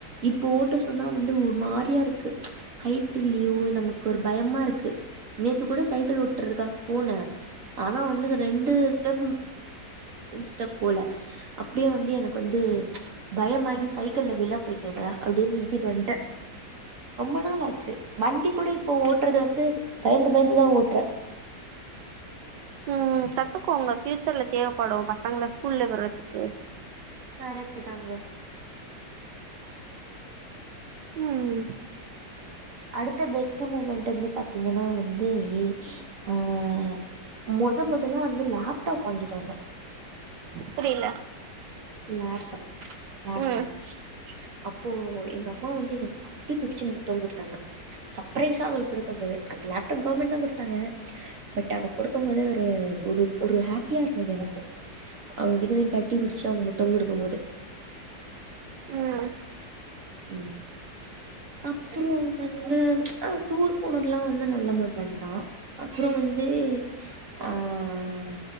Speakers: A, on the right; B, on the right.
A: இப்போ ஓட்ட சொ சொன்னா வந்து ஒரு மாரியா இருக்கு ஹைட் இல்லியோ நமக்கு ஒரு பயமா இருக்கு நேத்து கூட சைக்கிள் ஓட்டறதுக்காக போன ஆனா வந்து ரெண்டு ஸ்டெப் ஸ்டெப் போல அப்டியே வந்து எனக்கு வந்து பயமாகி சைக்கிள்ல விழ போயிட்டங்க அப்டே நிற் தீட்டு வன்ட ரொம்ப நாள் ஆச்சு வண்டி கூட இப்போ ஓட்டறது வந்து பயந்து பயந்துதா ஓட்ற
B: உம் கத்துக்கோங்க ஃபியூச்சர்ல தேவப்படு பசங்கல ஸ்கூல்ல விடறதுக்கு
A: கரக்ட் தாங்க
B: உம்
A: அடுத்த பெஸ்ட் மூமெண்ட் வந்து பாத்தீங்கன்னா வந்தே ஆஹ் மொத மொதல்லா வந்து லாப்டாப் வாங்கிட்டு வந்த
B: புரியல
A: லாப்டாப் லாப்டாப்
B: ம்
A: அப்போ எங்க அம்மா வந்து என்ன கட்டி புடிச்சி முத்தோ குடுத்தாங்க சப்ரைஸா அவுங்ளுக்கு குடுக்க போது லாப்டாப் கவர்மெண்ட் தா குடுத்தாங்க பட் அத கொடுக்க போது ஒரு ஒரு ஹாப்பியா இருந்தது எனக்கு அவுங்ககிட்டத கட்டிபிடிச்சு அவுங்க முத் த்தங் கொடுக்கு போது
B: ம்
A: உம் அப்பறோ வந்து அஹ் டூர் போனதுல்லா வந்து நல்ல மூமெண்ட் தா அப்பறோ வந்து து ஆஹ்